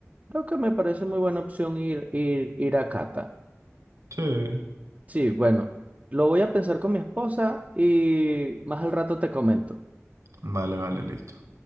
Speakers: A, on the right; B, on the right.
A: creo que me parece muy buena opción ir, ir, ir a Cata.
B: Sí.
A: Sí, bueno, lo voy a pensar con mi esposa y más al rato te comento.
B: Vale, vale, listo.